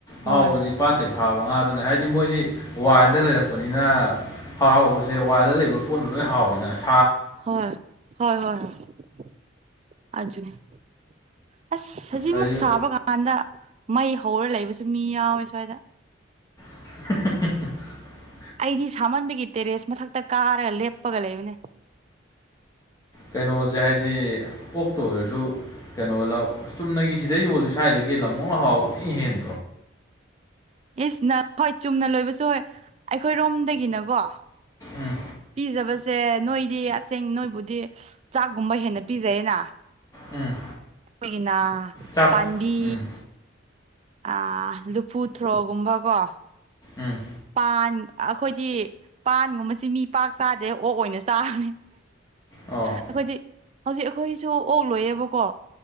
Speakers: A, on the right; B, on the left.
A: ꯍꯣꯏ
B: ꯍꯥꯎꯕꯗꯤ ꯄꯥꯠꯠꯇꯩ ꯐꯥꯕ ꯉꯥꯗꯨꯅꯤ ꯍꯥꯏꯗꯤ ꯃꯣꯏꯗꯤ ꯋꯥꯏꯜꯗ ꯂꯩꯔꯛꯄ ꯂꯥꯛꯄꯅꯤꯅ ꯍꯥꯎꯥꯎꯕꯁꯦ ꯋꯥꯏꯗ ꯂꯩꯕ ꯄꯣꯠ ꯂꯣꯏ ꯍꯥꯎꯋꯗꯁ
A: ꯍꯣꯏ ꯍꯣꯏ ꯍꯣꯏ ꯍ ꯑ ꯑꯁ ꯍꯧꯖꯤꯛꯃꯨꯛ
B: ꯍꯥꯏꯗꯤ
A: ꯁꯥꯕ ꯀꯥꯟꯗ ꯃꯩ ꯍꯧꯔ ꯂꯩꯕꯁꯨ ꯃꯤ ꯌꯥꯎꯋꯦ ꯐꯗ
B: <inaudible>
A: ꯑꯩꯗꯤ ꯁꯥꯃꯟꯕꯒꯤ ꯇꯦꯔꯦꯁ ꯃꯊꯛꯇ ꯀꯥꯔꯒ ꯂꯦꯞꯄꯒ ꯂꯩꯕꯅꯦ
B: ꯀꯩꯅꯣꯁꯦ ꯍꯥꯏꯗꯤ ꯑꯣꯛꯇ ꯑꯣꯏꯔꯁꯨ ꯀꯩꯅꯣ ꯂꯥꯛꯑꯣ ꯆꯨꯝꯅꯒꯤ ꯁꯤꯗ ꯌꯣꯜꯂꯤ ꯁ꯭ꯋꯥꯏꯗꯒꯤ ꯂ ꯑꯃꯨꯅ ꯍꯥꯎ ꯊꯤ ꯏ ꯍꯦꯟ
A: ꯏꯁꯁ ꯅ ꯍꯣꯏ ꯆꯨꯝꯅ ꯂꯣꯏꯕꯁꯨ ꯍꯣꯏ ꯑꯩꯈꯣꯏꯔꯣꯝꯗꯒꯤꯅꯀꯣ
B: ꯎꯝ
A: ꯄꯤꯖꯕꯁꯦ ꯅꯣꯏꯗꯤ ꯑꯁꯦꯡ ꯅꯣꯏꯕꯨꯗꯤ ꯆꯥꯛꯒꯨꯝꯕ ꯍꯦꯟꯅ ꯄꯤꯖꯩꯌꯦꯅ
B: ꯎꯝ
A: ꯣꯏꯒꯤꯅ
B: ꯆꯥꯛ
A: ꯄꯥꯟꯗꯤ
B: ꯎꯝ
A: ꯑ ꯂꯨꯐꯨ ꯊ꯭ꯔꯣꯒꯨꯝꯕꯀꯣ
B: ꯎꯝ
A: ꯄꯥꯟ ꯑꯩꯈꯣꯏꯗꯤ ꯄꯥꯟꯒꯨꯝꯕꯁꯤꯦ ꯃꯤ ꯄꯥꯛ ꯆꯥꯗꯦ ꯑꯣꯛ ꯑꯣꯏꯅ ꯆꯥꯕꯅꯤ
B: ꯑꯣ
A: ꯑꯩꯈꯣꯏꯗꯤ ꯍꯧꯖꯤꯛ ꯑꯩꯈꯣꯏꯁꯨ ꯑꯣꯛ ꯂꯣꯏꯌꯦꯕꯀꯣ